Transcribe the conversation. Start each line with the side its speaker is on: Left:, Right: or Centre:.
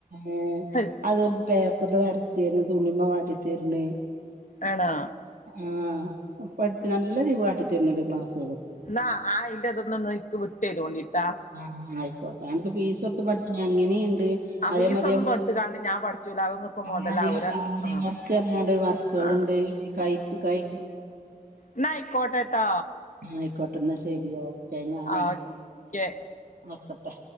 Right: ഏഹ്
Left: ഹയ്
Right: അത് പേപ്പറില് വരച്ച് തര്ണ് തുണിമെ കാട്ടി തര്ണ്.
Left: ആണോ.
Right: ആഹ പഠി നല്ല രീ കാട്ടി തരുന്നോണ്ട് ക്ലാസ്സ്.
Left: എന്ന ആ അയിന്റതൊന്ന് എനക്ക് വിട്ട് തരുവോണ്ടിട്ടോ.
Right: ആ ആയിക്കോട്ടേ അനക്ക് ഫീസ് കൊടുത്ത് പഠിച്ച എങ്ങനെയുണ്ട്
Left: ആ
Right: അതേ
Left: ഫീസ്
Right: മാതിരി
Left: ഒന്നും
Right: നമ്മള്
Left: കൊടുത്തുകാണ്ട് ഞാൻ പഠിച്ചൂല അതൊന്നൊക്കെ മുതലാവൂല
Right: ആര് ആര്യ
Left: ആ
Right: വർക്ക് എങ്ങാണ്ട് വർക്കുകളുണ്ട്
Left: ആ
Right: കഴുത്ത് കഴു
Left: എന്നായിക്കോട്ടെട്ടോ
Right: ആയിക്കോട്ടെന്നാ ശെരി ഓക്കെ ഞാനേ
Left: ഓക്കെ
Right: നിർത്തട്ടെ.